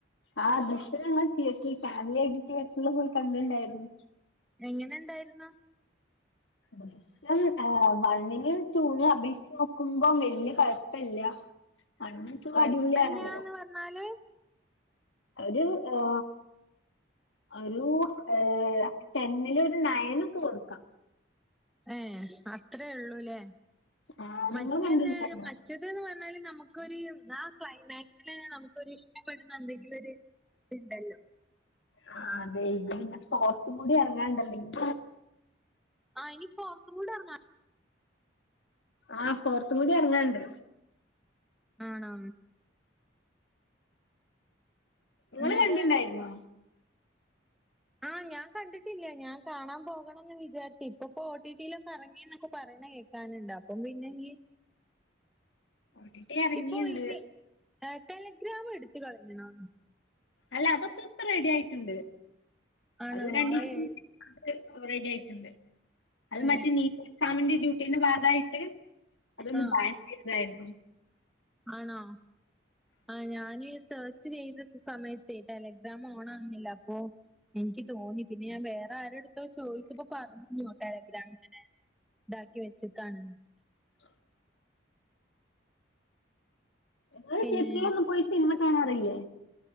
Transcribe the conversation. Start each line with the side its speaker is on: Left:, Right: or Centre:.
Left: ആ ദൃശ്യം ഞങ്ങൾ തിയേറ്ററിൽ ഫാമിലി ആയിട്ട് തിയേറ്ററില് പോയി കണ്ടിണ്ടായിരുന്നു.
Centre: എങ്ങനെ ഇണ്ടായിരുന്നു.
Left: <inaudible> ഇം വണ്ണിനും ടൂവിനും അപേക്ഷിച്ച് നോക്കുമ്പോ വല്യ കുഴപ്പല്ല. വണ്ണും, റ്റുവും
Centre: കൊഴപ്പല്ല്യാന്ന്
Left: അടിപൊളിയാണല്ലോ.
Centre: പറഞ്ഞാല്
Left: ഒരു ആ ഒരു ഏ ടെന്നില് ഒരു നയൻ ഒക്കെ കൊടുക്കാ.
Centre: ഏ അത്രേ ഉള്ളൂല്ലേ
Left: ആഹ്
Centre: മറ്റേന്ന്
Left: നിങ്ങള് കണ്ടിട്ടുണ്ടായിരുന്നോ
Centre: മറ്റത്ന്ന് പറഞ്ഞാല് നമുക്കൊരു ആ ക്ലൈമാക്സില് തന്നെ നമുക്കൊര് ഇഷ്ടപ്പെടുന്ന എന്തെങ്കിലും ഒര് തിണ്ടല്ലോ.
Left: ആ അതെ ഇത് പിന്നെ ഫോർത്തും കൂടി ഇറങ്ങാണ്ടല്ലോ ഇഞ്
Centre: ആ ഇനിയിപ്പോ ഫോർത്തുംകൂടെ ഇറങ്ങ
Left: ആ ഫോർത്ത്കൂടി ഇറങ്ങാണ്ട്.
Centre: ആണോ?
Left: ങ്ങള്
Centre: എന്നിട്ട്
Left: കണ്ടിണ്ടായിരുന്നോ?
Centre: ആ ഞാൻ കണ്ടിട്ടില്ല. ഞാൻ കാണാൻ പോകണംന്ന് വിചാരിച്ചു ഇപ്പപ്പോ ഒ ട്ടി ട്ടി യിലൊക്കെ ഇറങ്ങിന്നൊക്കെ പറ ണെ കേക്കാനുണ്ട് അപ്പം പിന്നെ ഞ്ഞ്
Left: ഓടിട്ട ഇറങ്ങിയിണ്ട്
Centre: ഇപ്പൊ ഇനി ടെലിഗ്രാം എടുത്ത്‌ കളഞ്ഞോ?
Left: അല്ല അതൊക്കെ ഇപ്പ റെഡി ആയിട്ടുണ്ട്.
Centre: ആണ
Left: അത് രണ്ടീസം
Centre: വായേ
Left: റെഡി ആയിട്ടുണ്ട്. അത്
Centre: ഏ
Left: മറ്റ നീ എസാമിന്റെ ഡ്യൂട്ടീന്റെ ഭാഗയിട്ട് അതൊന്ന്
Centre: ആ
Left: ബാ ചെയ്തായിരുന്നു.
Centre: ആണോ ആ ഞാന് <unintelligible> സമയത്തെ ടെലഗ്രാം ഓണാക്കുന്നില്ല അപ്പോ എനിക്കുതോന്നി പിന്നെ ഞാൻ വേറെ ആരുടെടുത്തൊ ചോദിച്ചപ്പോ പറഞ്ഞു ടെലഗ്രാമിങ്ങനെ ഇതാക്കി വെച്ചുകാണണം
Left: <inaudible> നിങ്ങള്
Centre: പിന്നെ
Left: തിയേറ്ററിലൊന്നും പോയി സിനിമ കാണാറില്ലേ